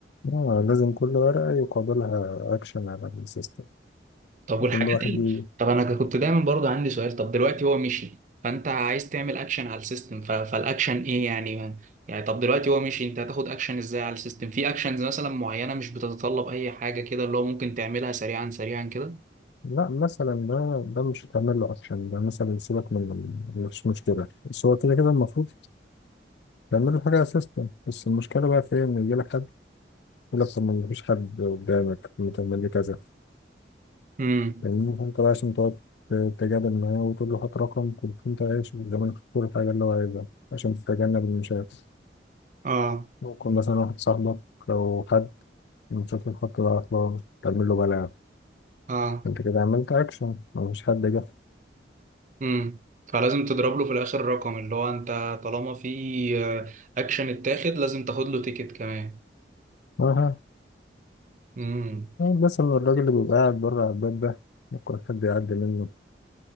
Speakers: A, on the left; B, on the right.
A: آه لازم كل ورقة يقابلها أكشن على السيستم
B: طب
A: يكون
B: والحاجات
A: ده واحد
B: اللي
A: ي-
B: طب انا كنت دايما برضه عندي سؤال طب دلوقتي هو مشي فانت عايز تعمل اكشن على السيستم ف... فالاكشن ايه يعني ما... يعني طب دلوقتي هو مشي انت هتاخد اكشن ازاي على السيستم في اكشنز مثلا معينه مش بتتطلب اي حاجه كده اللي هو ممكن تعملها سريعا سريعا كده
A: لا مثلا ده ده مش هتعمل له أكشن ده مثلا سيبك من مش مشكلة بس هو كده كده المفروض تعمل له حاجة على السيستم بس المشكلة بقى في إيه إن يجيلك حد يقول لك طب ما مفيش حد قدامك ما تعمل لي كذا
B: امم
A: فاهمني فانت بقى عشان تقعد تتجادل معاه وتقول له هات رقم كنت انت عايش زمان في كل حاجة اللي هو عايزها عشان تتجنب المشاكل
B: اه
A: ممكن مثلا واحد صاحبك لو حد من شكل الخط ده عطلان تعمل له بلاغ
B: اه
A: انت كده عملت اكشن مفيش حد جه
B: امم فلازم تضرب له في الاخر رقم اللي هو انت طالما في آه، اكشن اتاخد لازم تاخد له تيكت كمان
A: اه
B: امم
A: بس إن الراجل اللي بيبقى قاعد بره على الباب ده ممكن حد يعدي منه